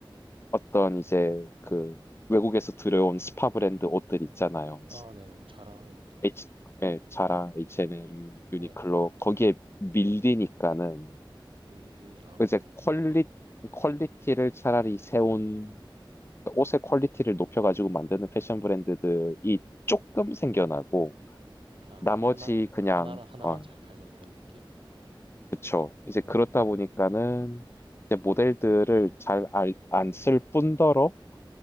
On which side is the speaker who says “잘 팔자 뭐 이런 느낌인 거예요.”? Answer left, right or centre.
Right